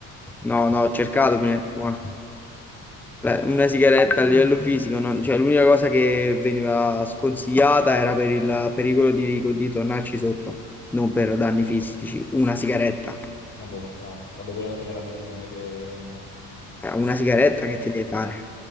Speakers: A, in the centre; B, on the left.
A: No, no, ho cercato prima, di- ma la- una sigaretta a livello fisico, non- cioè, l'unica cosa che veniva sconsigliata era per il pericolo di, di tornarci sotto, non per danni fisici. Una sigaretta,
B: No, boh, ci sta. Vabbè, quella alla fine è l'abitudine che...
A: Eh, una sigaretta che ti deve fare?